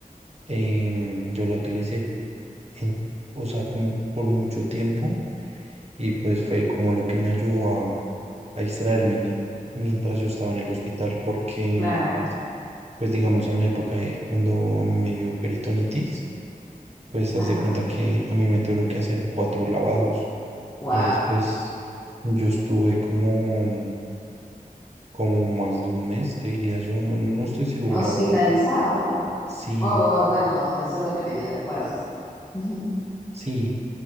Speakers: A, on the right (about 45°); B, on the left (about 20°).
A: em, yo la utilicé, en- o sea, como por mucho tiempo y pues fue como lo que me ayudó a, a distraerme mie- mientras yo estaba en el hospital porque,
B: claro.
A: pues digamos, en la época de cuando a mí me dio peritonitis, pues haz
B: Ajá.
A: de cuenta que a mí me tuvieron que hacer cuatro lavados.
B: Wow.
A: Entonces, pues yo estuve como... Como más de un mes, te diría yo, no, no estoy seguro,
B: Hospitalizado,
A: la verdad.
B: wow.
A: Sí,
B: Oh, oh, bueno, eso es lo que me dio, recuerdas. <laughs>
A: sí.